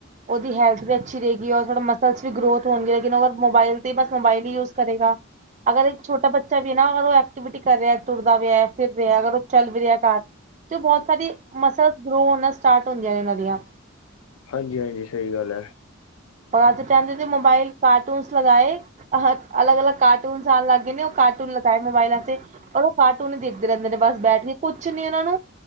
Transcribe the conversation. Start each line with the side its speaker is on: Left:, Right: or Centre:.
Right: ਉਹਦੀ ਹੈਲਥ ਵੀ ਅੱਛੀ ਰਹੇਗੀ, ਰੋੜਾ ਮਸਲਸ ਵੀ ਗਰੋਥ ਹੋਣਗੇ, ਲੇਕਿ ਮੋਬਾਈਲ ਤੇ ਬਸ ਮੋਬਾਈਲ ਹੀ ਯੂਜ ਕਰੇਗਾ। ਅਗਰ ਇੱਕ ਛੋਟਾ ਬੱਚਾ ਵੀ ਨਾ ਅਗਰ ਉਹ ਐਕਟੀਵਿਟੀ ਕਰ ਰਿਹਾ, ਤੁਰਦਾ ਵੀਹਾ ਫਿਰ ਰਿਹਾ ਅਗਰ ਉਹ ਚੱਲ ਵੀ ਰਿਹਾ ਘਰ ਤੇ ਬਹੁਤ ਸਾਰੇ ਮਸਲਸ ਗਰੋ ਹੋ ਨਾਲ ਸਟਾਰਟ ਹੁੰਦੀਆਂ ਨੇ ਉਹਨਾਂ ਦੀਆਂ
Left: ਹਾਂਜੀ, ਹਾਂਜੀ ਸਹੀ ਗੱਲ ਹੈ।
Right: ਆਦੇ ਚਦੇ ਤੇ ਮੋਬਾਈਲ ਕਾਰਟੂਨਸ ਲਗਾਏ, ਅ ਅਲਗ-ਅਲਗ ਕਾਰਟੂਨ ਕਾਰਟੂਨ ਸਾਲ ਲੱਗ ਗਏ, ਨੇ ਉਹ ਕਾਰਟੂਨ ਲਗਾਏ ਮੋਬਾਇਲਾਂ ਤੇ ਔਰ ਉਹ ਕਾਰਟੂਨ ਹੀ ਦੇਖਦੇ ਰਹਿੰਦੇ ਨੇ ਬਸ ਬੈਟਰੀ। ਕੁਛ ਨੇ ਇਹਨਾਂ ਨੂੰ